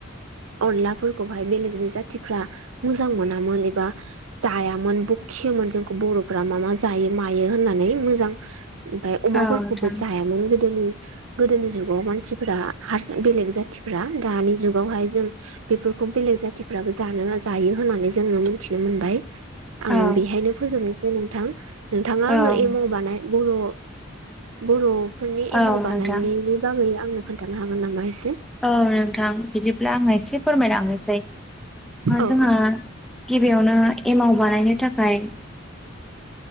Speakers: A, on the right; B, in the centre.
A: अनलाफोरखौहाय बेलेगनि जाथि फ्रा मोजां मोनामोन एबा जायामोन बखियोमोन जोंखौ बर'फ्रा मा मा जायो म होननानै मोजां ओमफ्राय अमाफोरखौबो
B: औ नोंथां
A: जायामोन गोदोनि गोदोनि जुगाव मानसिफ्रा हार बेलेग जाथिफ्रा दानि जुगावहाय जों बेफोरखौ बेलेग जाथिफ्राबो जानो जायो होननानै जोङो मोनथिनो मोनबाय आं
B: औ
A: बेहायनो फोजोबनोसै नोंथां नोंथाङा आंनो
B: औ
A: एमाव बानाय बर' बर'फोरनि एमाव
B: औ
A: बानायनायनि
B: नोंथां
A: बागै आंनो खोन्थानो हागोन नामा एसे
B: औ नोंथां बिदिब्ला आं एसे फोरमायलांनोसै
A: औ
B: जोंहा गिबियावनो एमाव बानायनो थाखाय